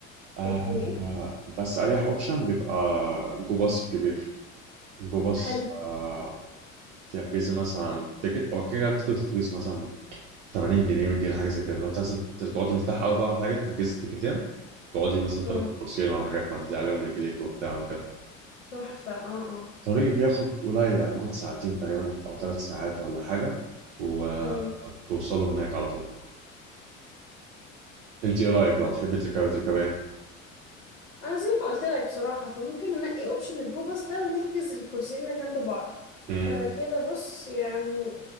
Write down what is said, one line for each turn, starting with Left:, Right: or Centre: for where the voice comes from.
Right: آه
Left: اوكي
Right: آه، بس اريح اوبشن بيبقى جو باص الكبير جو باص
Left: حلو
Right: آه تحجزي مثلا تيكت او كده التيكت رخيص مثلا 80 جنيه 100 جنيه حاجه زي كده لو انت عايز تقعدي مرتاحه قوي بقى على حاجه تحجزي التيكتين تقعدي مثلا
Left: امم
Right: تاخدي كورسين ولا حاجات معدي عليهم رجليك وبتاع وكده
Left: تحفه اه
Right: الطريق بياخد قليل يعني بياخد ساعتين تقريبا او ثلاث ساعات ولا حاجه وبتوصلوا
Left: اه
Right: هناك على طول انت ايه رايك لو تحبي تركبي تركبي ايه
Left: انا زي ما قلت لك بصراحه فممكن ننقي اوبشن الجو باص ده ونحجز الكرسيين اللي جنب بعض
Right: مم،
Left: فكده بص يعني